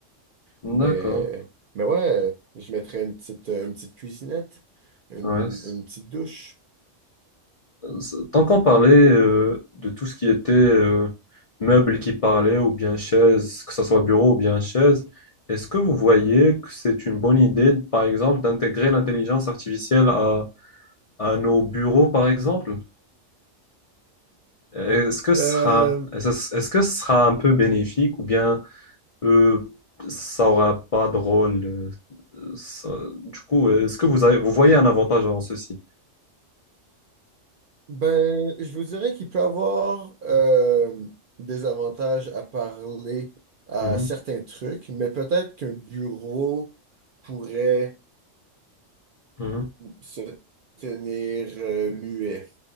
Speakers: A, on the right; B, on the left.
A: Mais,
B: D'accord.
A: mais ouais, je mettrais une petite, euh, une petite cuisinette, une,
B: Ouais, c'est-
A: une petite douche.
B: c'est- Tant qu'on parlait euh, de tout ce qui était euh, meubles qui parlaient ou bien chaises, que ce soit bureau ou bien chaise, est-ce que vous voyez que c'est une bonne idée, par exemple, d'intégrer l'intelligence artificielle à, à nos bureaux, par exemple? Est-ce que ce
A: Euh,
B: sera, est-ce est-ce que ce sera un peu bénéfique ou bien... euh, ça aura pas de rôle. euh, ça- Du coup, est-ce que vous avez- vous voyez un avantage en ceci?
A: Ben, je vous dirais qu'il peut avoir euh, des avantages à parler à
B: Mhm,
A: certains trucs, mais peut-être qu'un bureau pourrait
B: mhm,
A: se tenir euh, muet,